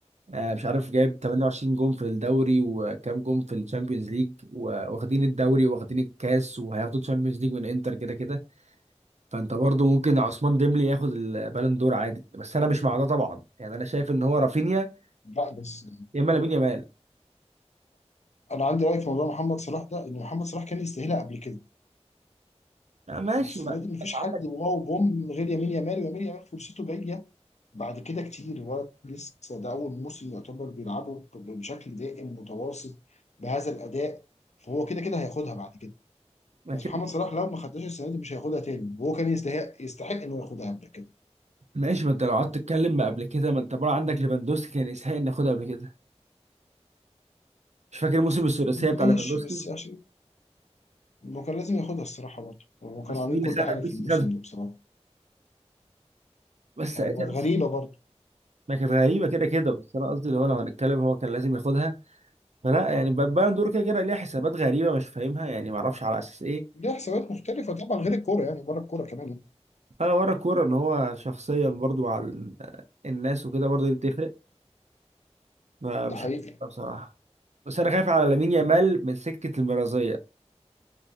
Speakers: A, on the right; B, on the left.
A: آه، مش عارف جايب 28 جون في الدوري وكام جون في الشامبيونز ليج واخدين الدوري واخدين الكاس وهياخدوا الشامبيونز ليج من انتر كده كده فانت برضو ممكن عثمان ديمبلي ياخد البالون دور عادي بس انا مش مع ده طبعا يعني انا شايف ان هو رافينيا
B: لا بس
A: يا اما لامين يامال
B: انا عندي راي في موضوع محمد صلاح ده ان محمد صلاح كان يستاهلها قبل كده
A: آه، ماشي
B: والسنه
A: ما
B: دي مفيش
A: انت عندك
B: حد واو بوم من غير يمين يامال ويمين يامال فرصته جايه بعد كده كتير الولد لسه ده اول موسم يعتبر بيلعبه ب- بشكل دائم متواصل بهذا الاداء فهو كده كده هياخدها بعد كده
A: ما
B: بس
A: كده
B: محمد
A: كده
B: صلاح لو ما خدهاش السنه دي مش هياخدها تاني وهو كان يستحق يستحق انه ياخدها قبل كده
A: ماشي ما انت لو قعدت تتكلم ما قبل كده ما انت بقى عندك ليفاندوسكي كان يستحق ان ياخدها قبل كده مش فاكر موسم الثلاثيه بتاع
B: ماشي
A: ليفاندوسكي
B: بس عشان هو كان لازم ياخدها الصراحه برضه هو كانوا
A: بس
B: عاملين
A: مين
B: كل
A: اللي خدها
B: حاجه
A: ميسي
B: في الموسم
A: خدها
B: ده بصراحه
A: بس ساعتها
B: غريبه
A: ميسي
B: برضه
A: ما كانت غريبه كده كده بس انا قصدي اللي هو لو هنتكلم هو كان لازم ياخدها فلا يعني البالون دور كده كده ليها حسابات غريبه مش فاهمها يعني ما اعرفش على اساس ايه
B: ليه حسابات مختلفة طبعا غير الكورة يعني بره الكورة كمان
A: اه ورا الكوره ان هو شخصيا برضو مع ال- الناس وكده برضو دي بتفرق ما
B: ده
A: مش
B: حقيقي
A: عارف بصراحه بس انا خايف على لامين يامال من سكه المرازيه